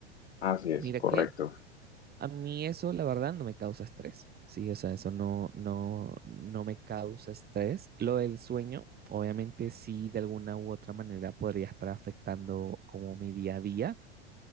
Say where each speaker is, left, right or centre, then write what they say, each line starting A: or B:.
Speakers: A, on the left (about 75°); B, on the right (about 30°).
A: Así es,
B: Mira
A: correcto.
B: que a mí eso, la verdad, no me causa estrés, ¿sí? O sea, eso no, no, no me causa estrés. Lo del sueño, obviamente sí, de alguna u otra manera podría estar afectando como mi día a día,